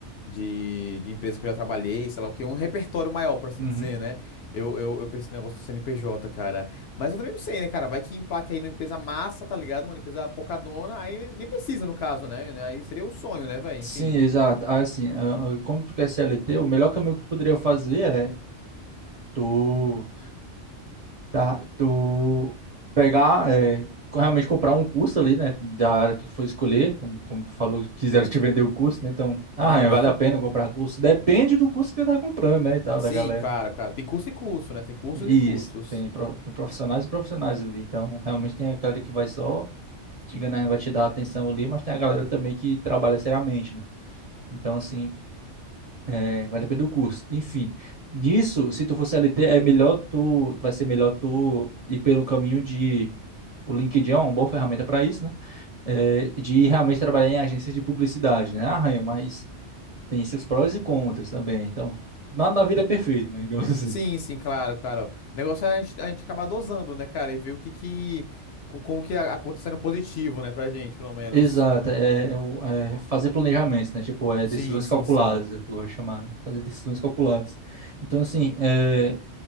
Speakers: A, on the left; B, on the right.
A: de, de empresa que eu já trabalhei, sei lá o que, um repertório maior, por assim
B: Uhum.
A: dizer, né? Eu, eu, eu penso no negócio do CNPJ, cara. Mas eu também não sei, né, cara? Vai que emplaca aí numa empresa massa, tá ligado? Uma empresa pocadona, aí nem precisa, no caso, né? Né? Aí seria o sonho, né, velho?
B: Sim,
A: Enfim.
B: exato. Ah, assim, ah, ah, como tu quer CLT, o melhor caminho que tu poderia fazer é tu, tá, tu pegar, eh, co- realmente comprar um curso ali, né, da área que tu for escolher, como, como tu falou, que quiseram te vender o curso, né, então, ah,
A: Aham.
B: vale a pena comprar curso? Depende do curso que você tá comprando, né, e tal,
A: Sim,
B: da galera.
A: claro, claro. Tem curso e curso, né? Tem cursos
B: E
A: e cursos.
B: Isso, tem, pro- tem profissionais e profissionais ali. Então, realmente tem a galera que vai só te enganar, vai te dar atenção ali, mas tem a galera também que trabalha seriamente, né? Então, assim, é, vai depender do curso. Enfim, nisso, se tu for CLT, é melhor tu, vai ser melhor tu ir pelo caminho de. O LinkedIn é uma boa ferramenta para isso, né? É, de realmente trabalhar em agências de publicidade, né? Arranha, mas tem seus prós e contras também. Então, nada na vida é perfeito, né? <laughs> Digamos assim.
A: Sim, sim, claro, claro. O negócio é a gente, a gente acabar dosando, né, cara? E ver o que que. co- Como que a, a conta tá sendo positivo, né, pra gente, pelo menos.
B: Exato, é, é o- é fazer planejamentos, né? Tipo, é
A: Sim,
B: decisões
A: sim,
B: calculadas,
A: sim.
B: eu vou chamar, né? Fazer decisões calculadas. Então, assim, é,